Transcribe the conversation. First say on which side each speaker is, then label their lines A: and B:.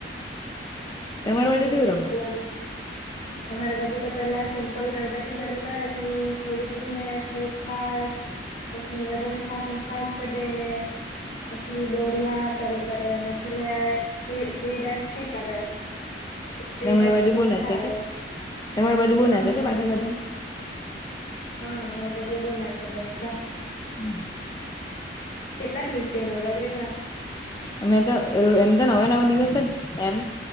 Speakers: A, on the left; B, on the left.
A: તમારી બાજુ
B: અમારે
A: કેવું
B: ભી
A: રમે
B: કલ અમારે બાજુ તો પેલા સિમ્પલ ગરબાથી ચાલુ કરે પછી થોડુંક ધીમે થોડુંક ફાસ્ટ પછી હ ર ફ ફાસ ક દેને પછી દોડિયા ચાલુ કરે અને છેલ્લે ફ્રી ડાન્સ ભી કરે ફ્રી
A: તમારી
B: ડાન્સમાં
A: બાજુ બો
B: મજા
A: ના છે
B: આવે
A: કે તમારે બજબુ
B: હા
A: ના છે
B: અમારી
A: કે પાછા
B: બાજુ
A: બધા
B: હા અમારી પાસે બહ ના બધા
A: હમ
B: કેટલા દિવસ જાય નવરાત્રીમાં
A: અમે તો એમ તો નવા નવા દિવસ જ એમ